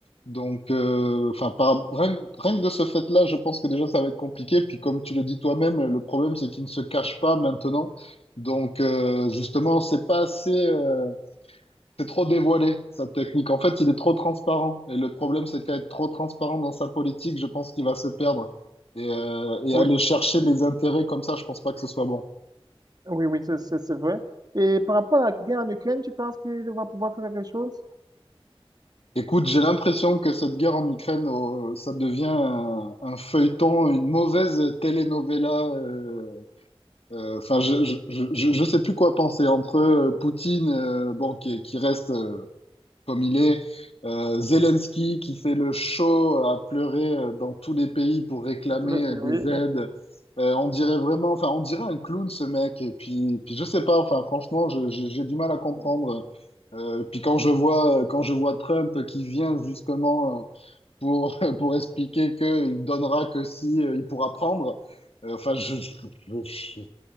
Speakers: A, on the left (about 75°); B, on the right (about 40°).
A: Donc, euh, enfin, par, rien, que rien que de ce fait-là, je pense que déjà, ça va être compliqué. Puis, comme tu le dis toi-même, le problème, c'est qu'ils ne se cachent pas maintenant. Donc, euh, justement, c'est pas assez, euh, c'est trop dévoilé, sa technique. En fait, il est trop transparent. Et le problème, c'est qu'à être trop transparent dans sa politique, je pense qu'il va se perdre. Et, euh, et
B: Oui.
A: aller chercher les intérêts comme ça, je pense pas que ce soit bon.
B: Oui, oui, c'est c'est- c'est vrai. Et par rapport à la guerre en Ukraine, tu penses qu'il va pouvoir faire quelque chose?
A: Écoute, j'ai l'impression que cette guerre en Ukraine, euh, ça devient un, un feuilleton, une mauvaise telenovela. euh, euh, Enfin, je, je, je, je je sais plus quoi penser entre euh, Poutine, euh, bon, qui, qui reste, euh, comme il est. Euh, Zelensky qui fait le show à pleurer euh, dans tous les pays pour réclamer
B: Entre
A: euh, des
B: les deux,
A: aides. Euh, on dirait vraiment, enfin, on dirait un clown ce mec. Et puis, puis je sais pas, enfin, franchement, je- j'ai j'ai du mal à comprendre.
B: Oui,
A: Euh, puis quand je vois, quand je vois Trump qui vient justement euh, pour, <laughs> pour expliquer qu'il donnera que si euh, il pourra prendre, euh, enfin, je, je,